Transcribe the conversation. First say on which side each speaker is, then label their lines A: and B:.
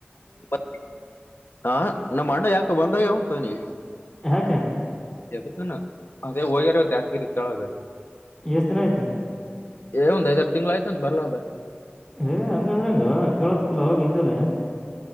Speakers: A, on the left; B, on the left.
A: ಮ ಹಾ ನಮ್ಮ ಅಣ್ಣ ಯಾಕೆ ಬಂದಾಗ ಉಂತ ನೀ
B: ಯಾಕ
A: ಯು ಅದ ಹೋಗಿದಾರೆ ದಾಜಗಿರಿ ಚಳಾಗ
B: ಎಷ್ಟ ದಿನ ಆಯ್ತ
A: ಏ ಒಂದ್ ಐದಾರು ತಿಂಗ್ಳ ಆಯ್ತ ಬರಲಾರದೆ
B: ಏ ಹಂಗಂದ್ರ ಹಂಗ ಕೇಳದ ಕಿಲ್ಲ ಅವಾಗ ಹಿಂದಲೇ